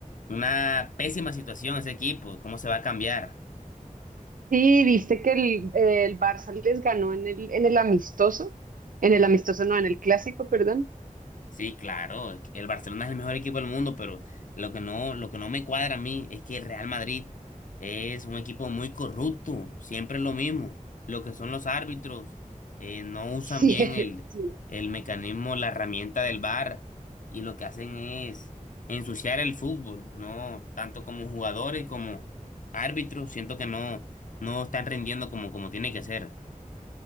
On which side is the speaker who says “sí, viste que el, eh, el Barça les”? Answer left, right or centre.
Right